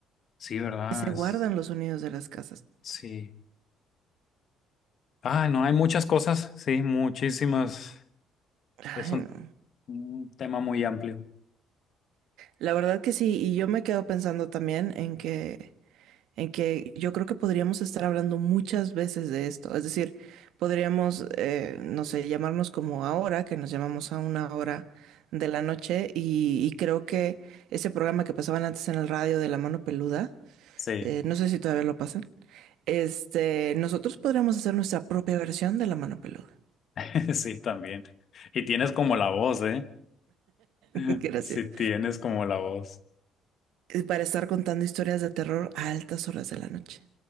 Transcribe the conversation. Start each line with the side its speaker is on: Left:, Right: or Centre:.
Left: Sí, ¿verdad?
Right: que se guardan
Left: Es...
Right: los sonidos de las casas.
Left: Sí. Ah, no, hay muchas cosas. Sí, muchísimas.
Right: Ay,
Left: Es un,
Right: no.
Left: un tema muy amplio.
Right: La verdad que sí, y yo me quedo pensando también en que en que yo creo que podríamos estar hablando muchas veces de esto. Es decir, podríamos, eh, no sé, llamarnos como ahora, que nos llamamos a una hora de la noche y, y creo que ese programa que pasaban antes en el radio de La Mano Peluda,
Left: Sí,
Right: eh, no sé si todavía lo pasan, este, nosotros podríamos hacer nuestra propia versión de La Mano Peluda.
Left: <laughs> sí, también. Y tienes como la voz, ¿eh? <laughs>
Right: <laughs> Gracias.
Left: Sí, tienes como la voz.
Right: Eh, Para estar contando historias de terror a altas horas de la noche.